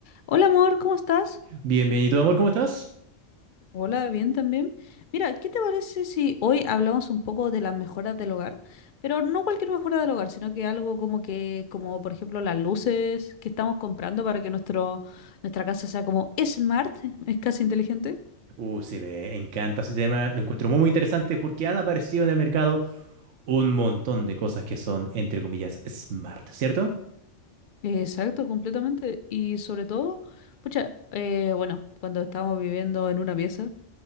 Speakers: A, on the left; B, on the right.
A: Hola amor, ¿cómo estás?
B: Bienvenido, amor, ¿cómo estás?
A: Hola, bien también. Mira, ¿qué te parece si hoy hablamos un poco de las mejoras del hogar? Pero no cualquier mejora del hogar, sino que algo como que, como por ejemplo las luces que estamos comprando para que nuestro, nuestra casa sea como smart, es casi inteligente.
B: Uh, sí, me encanta ese tema, lo encuentro muy, muy interesante porque han aparecido en el mercado un montón de cosas que son, entre comillas, smart, ¿cierto?
A: Exacto, completamente. Y sobre todo, pucha, eh, bueno, cuando estábamos viviendo en una pieza.